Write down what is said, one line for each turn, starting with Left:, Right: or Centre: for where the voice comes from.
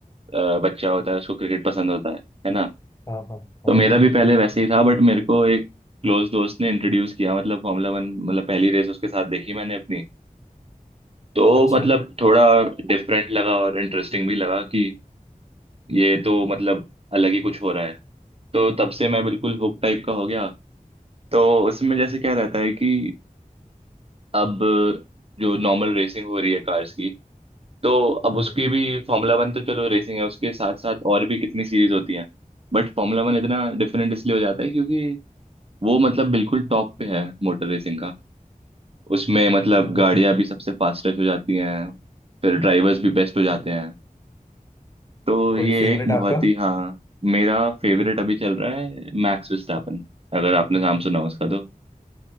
Right: अ, बच्चा होता है उसको क्रिकेट पसंद होता है है ना
Left: हाँ हाँ हाँ
Right: तो मेरा भी पहले वैसे ही था बट मेरे को एक क्लोज दोस्त ने इंट्रोड्यूस किया मतलब फॉर्मूला वन मतलब पहली रेस उसके साथ देखी मैंने अपनी तो
Left: अच्छा
Right: मतलब थोड़ा डिफरेंट लगा और इंटरेस्टिंग भी लगा कि ये तो मतलब अलग ही कुछ हो रहा है तो तब से मैं बिल्कुल हुक टाइप का हो गया तो उसमें जैसे क्या रहता है कि अब जो नॉर्मल रेसिंग हो रही है कार्स की तो अब
Left: हम्म,
Right: उसकी भी फॉर्मूला वन तो चलो रेसिंग है उसके साथ साथ और भी कितनी सीरीज होती हैं बट फॉर्मूला वन इतना डिफरेंट इसलिए हो जाता है क्योंकि वो मतलब बिल्कुल टॉप पे है मोटर रेसिंग का उसमें मतलब
Left: so,
Right: गाड़ियां भी सबसे फास्टेस्ट हो जाती हैं फिर ड्राइवर्स भी बेस्ट हो जाते हैं तो
Left: कोई
Right: ये
Left: फेवरेट
Right: एक बहुत
Left: आपका
Right: ही हाँ मेरा फेवरेट अभी चल रहा है मैक्स विस्टापन अगर आपने नाम सुना उसका तो